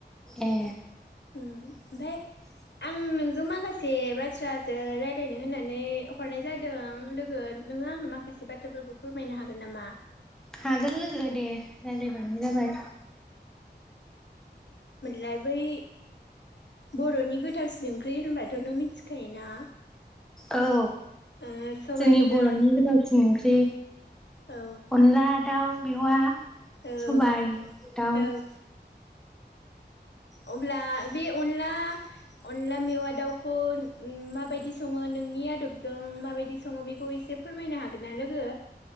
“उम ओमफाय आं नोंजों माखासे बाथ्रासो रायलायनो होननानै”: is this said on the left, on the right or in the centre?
Left